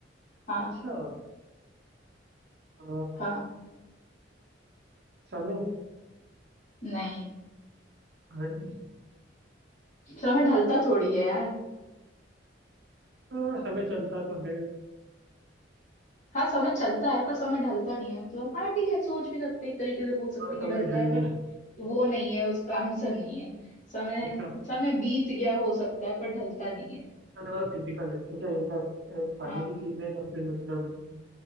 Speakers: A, on the left; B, on the right.
A: हाँ
B: अच्छा अ,
A: हाँ
B: समय
A: नहीं
B: घड़ी
A: समय ढलता थोड़ी है यार
B: अ, समय चलता तो है
A: हाँ समय चलता है पर समय ढलता नहीं है मतलब हाँ ठीक है सोच भी सकते हैं, एक तरीके से बोल सकते
B: और समय
A: हैं कि ढलता
B: ढल
A: है
B: गया
A: बट वो नहीं है उसका आंसर नहीं है समय
B: अच्छा
A: समय बीत गया हो सकता है पर ढलता नहीं है
B: मैंने बोला फिजिकल है तो क्या ये क्या कुछ, अ, खाने
A: हाँ
B: की चीज है या फिर मतलब